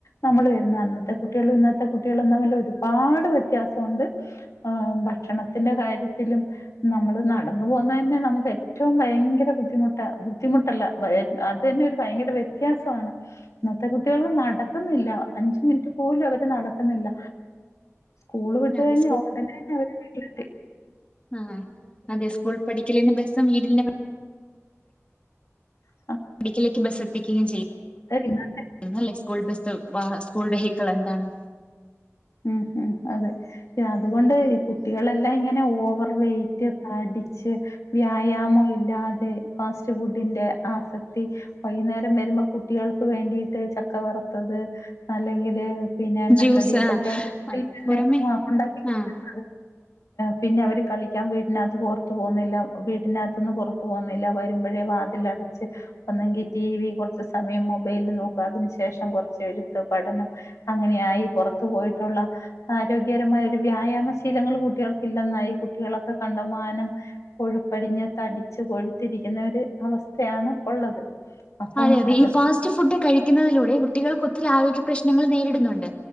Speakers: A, on the left; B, on the left.
A: നമ്മൾ വരുന്നത് അന്നത്തെ കുട്ടികൾ അത്തെ കുട്ടികളും തമ്മല്ല ഒരുപാട് വ്യത്യാസമുണ്ട് ആ ഭക്ഷണത്തിന്റെ കാര്യത്തിലും നമ്മള് നടന്നു പോക തന്നെ നമുക്ക് ഏറ്റവും ഭയങ്കര ബുദ്ധിമുട്ട ബുദ്ധിമുട്ടല്ല അത് തന്നെ ഒരു ഭയങ്കര വ്യത്യാസമാണ് ഇന്നത്തെ കുട്ടികൾ നടക്കുന്നില്ല അഞ്ച മിനിറ്റ് പോലും നടത്തുന്നില്ല സ്കൂള് വിട്ട
B: അതെ
A: കഴി ഉടനെ തന്നെ അവരെ വീട്ടിലെ
B: ആഹ അതെ സ്കൂൾ പഠിക്കലിന്റെ ബസ്സം വീടിന്റെ
A: അ
B: ഒടുലേക്ക് ബസ് എത്തിക്കുകയും ചെയ്യല്ലേ
A: ഇന്നത്തെ
B: സ്കൂൾ ബസ് സ്കൂളുടെ ഹക്കൾ എന്താാണ്
A: ഉം ഹ അതെ അതുകൊണ്ട് കുട്ടികളെല്ലാം ഇങ്ങനെ ഓവർ വെയറ്റ് അടിച്ച് വ്യായാമം ഇല്ലാതെ ഫാസ്റ്റ് ഫുഡിന്റെ ആസക്തി വൈ നേരം വരുമ്പോ കുട്ടികൾക്ക് വേണ്ടിട്ട് ചക്ക വറുത്തത് അല്ലെങ്കില് പിന്നെ എണ്ണക്കടി
B: ജ്യൂസ്
A: ഇതൊക്കെയാണ് വീട്ടിൽ തന്നെ
B: പുറമെ
A: ആ ഉണ്ടാക്കി കൊടുുന്നത്
B: ആഹ്
A: പിന്നെ അവര് കളിക്കാൻ വീടിനകത്ത് പുറത്തു പോകുന്നില്ല വീടിനകത്തുന്നന്ന് പുറത്തു പോകുന്നില്ല വരുമ്പോഴേ അതിലടച്ച് ഒന്നെങ്കി ടി വി കുറച്ച സമയം മൊബൈല നോക്കുക അതിനു ശേഷം കുറ എഴുത്ത് പ അങ്ങനെയായി പുറത്തു പോയിട്ട് ുള്ള ആരോഗ്യകരമായ ഒരു വ്യായാമ ശീലങ്ങൾ കുട്ടികൾക്ക ഇില്ലെന്നായി കുട്ടികളൊക്കെ കണ്ട വാനം കൊഴുപ്പടിഞ്ഞ് തടിച്ച്ു കൊഴുത്തിരിക്കുന്ന ഒരു അവസ്ഥയാണ് ഉള്ളത് അപ്പം
B: അതെ അതെ
A: അത്
B: ഈ ഫാസ്റ്റ് ഫുഡ് കഴിക്കുന്നതിലൂടെ കുട്ടികൾക്ക് ഒത്തിരി ആരോഗ്യ പ്രശ്നങ്ങൾ നേരിടുന്നുണ്ട്